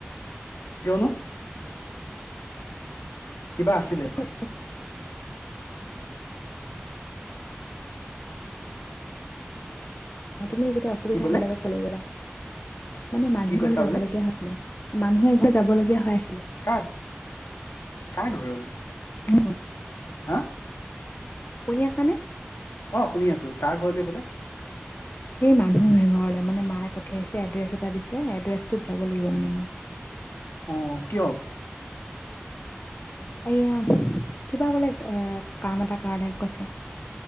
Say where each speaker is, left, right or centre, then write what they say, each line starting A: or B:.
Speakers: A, on the left (about 80°); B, on the left (about 50°).
A: কিয়নো। কিবা আছিলে?
B: <unintelligible> ন তুমি যেতিয়া অসুবিধা
A: কি বোলে
B: বেলেগক পালিবা। মানে মানুহৰ
A: কি কৈছা
B: ঘৰ যাব
A: বোলে
B: লগীয়া হৈছিলে মানুহে এ ঘৰ যাব লগীয়া হৈ আছিলে।
A: কাৰ কাৰ ঘৰলৈ।
B: উ।
A: হা।
B: শুনি আছানে।
A: অ শুনি আছো কাৰ ঘৰলে বোলে।
B: <unintelligible> এই মানুহে‌এ ঘৰলৈ মানে মায়ে পঠিয়াইছে এড্ৰেছ এটা দিছে এড্ৰেছটোত যাব লাগিব মানে মই।
A: অ কিয়?
B: এয়া কিবা বোলে এই কাম এটা কাৰণে কৈছে।